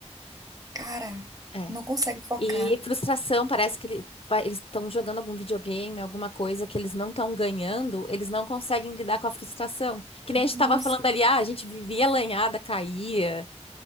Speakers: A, on the right (about 30°); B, on the left (about 55°).
A: Cara,
B: É.
A: não consegue focar.
B: E frustração, parece que ele- vai- eles estão jogando algum videogame, alguma coisa que eles não estão ganhando, eles não conseguem lidar com a frustração. Que nem a gente
A: Nossa.
B: tava falando ali, ah, a gente vivia lanhada, caía.